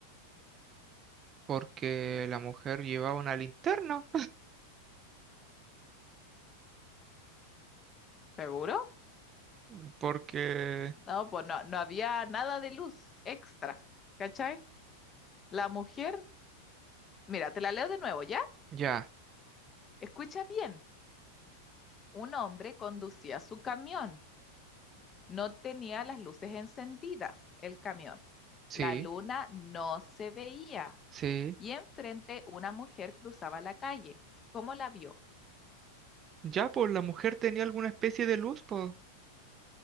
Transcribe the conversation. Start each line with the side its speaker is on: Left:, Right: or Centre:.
Right: Porque la mujer llevaba una linterna.
Left: ¿Seguro?
Right: <laughs> Porque...
Left: No, pues no, no había nada de luz extra. ¿Cachai? La mujer, mira, te la leo de nuevo, ¿ya?
Right: Ya,
Left: Escucha bien. Un hombre conducía su camión. No tenía las luces encendidas, el camión.
Right: sí,
Left: La luna no se veía.
Right: sí.
Left: Y enfrente, una mujer cruzaba la calle. ¿Cómo la vio?
Right: Ya, pues la mujer tenía alguna especie de luz, pues.